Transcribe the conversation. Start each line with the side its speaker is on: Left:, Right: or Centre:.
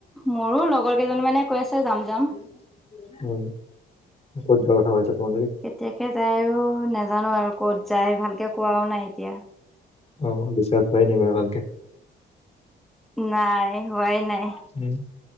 Centre: মোৰো লগৰ কেইজনী মানে কৈ আছে যাম - যাম',
Left: উম', ক'ত যোৱাৰ কথা ভাবিছা তোমালোকে?
Centre: কেতিয়াকে যায় আৰু নাজানোঁ আৰু ক'ত যায় ভালকে কোৱাও নাই এতিয়া',
Left: অ', বিশ্বাস হোৱায়ে নাই মানে ভালকে',
Centre: নাই হোৱাই নাই',
Left: উম,